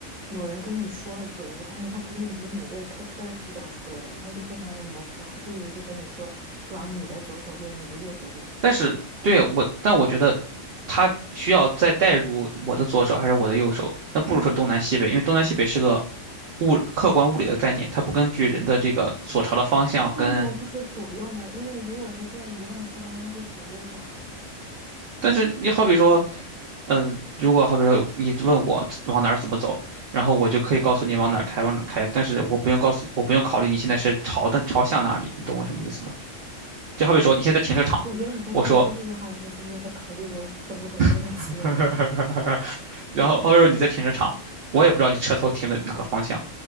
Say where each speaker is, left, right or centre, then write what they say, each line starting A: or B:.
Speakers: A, on the right; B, on the right.
A: 有人跟你说了左右，但是他不是以你这个开车的视角说的，然后就非常的模糊，还不如就跟你说往你的左手边，你的右手边，对吧？
B: 但是对我，但我觉得它需要再带入我的左手还是我的右手，那不如说东南西北，
A: 对呀、
B: 因为东南西北是个物客观物理的概念，它不根据人的这个所朝的方向跟
A: 那为什么不说左右呢？因为如果是坐在一辆车当中，说左右就好了呀。
B: 但是你好比说，嗯、如果好比说你问我往哪儿怎么走，然后我就可以告诉你往哪儿开，往哪儿开，但是我不用告诉你，我不用考虑你现在是朝的朝向哪里，你懂我什么意思吗？就好比说你现在在停车场，
A: 我觉得你在跟我说这句话的时候，
B: 我说，
A: 就没有在考虑我懂不懂东南西北面
B: <laughs> 然后或者说你在停车场，我也不知道你车头停在哪个方向，